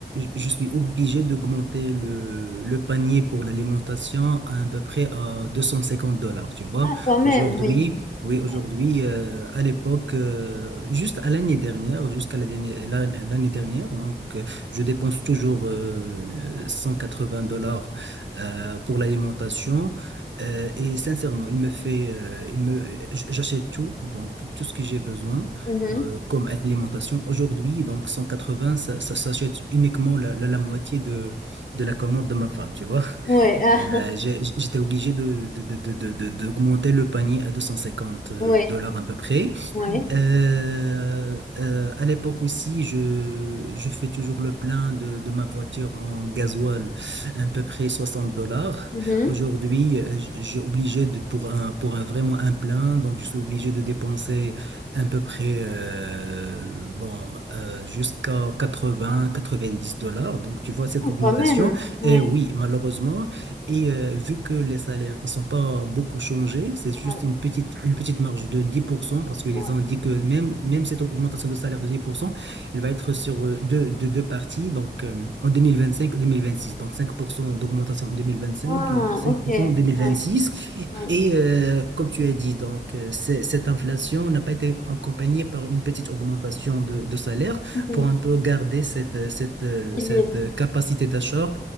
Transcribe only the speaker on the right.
je je suis obligé d'augmenter le, le panier pour l'alimentation à, à peu près à 250 dollars, tu vois.
Aujourd'hui,
Oui, aujourd'hui,
euh, à l'époque, euh, juste à l'année dernière, jusqu'à la dernière- la- l'année dernière, donc euh, je dépense toujours euh, 180 dollars euh, pour l'alimentation. Euh, et sincèrement, il me fait, euh, il me, j- j'achète tout, donc tout ce que j'ai besoin
euh, comme alimentation. Aujourd'hui, donc 180, ça, ça s'achète uniquement la, la, la moitié de, de la commande de ma femme, tu vois.
Euh, j'ai- j'étais obligé de, de, de, de, de- de- d'augmenter le panier à 250 dollars
à peu près.
Euh, euh, à l'époque aussi, je, je fais toujours le plein de, de ma voiture en gasoil, à peu près 60 dollars.
Aujourd'hui, euh, j- j'ai obligé de, pour un, pour un vraiment un plein, donc je suis obligé de dépenser à peu près, euh, bon, euh, jusqu'à 80, 90 dollars. Donc tu vois cette
augmentation.
Et oui, malheureusement, et euh, vu que les salaires ne sont pas beaucoup changés, c'est juste
une petite, une petite marge de 10% parce qu'ils
ont dit que même, même cette augmentation de salaire de 10%, elle va être sur euh, deux, deux, deux parties, donc euh, en 2025 et 2026. Donc 5% d'augmentation en 2025
et cinq
pour cent en 2026.
Et euh, comme tu as dit, donc euh, c'est- cette inflation n'a pas été accompagnée par une petite augmentation de, de salaire
pour un peu garder cette, euh, cette, euh,
cette euh, capacité d'achat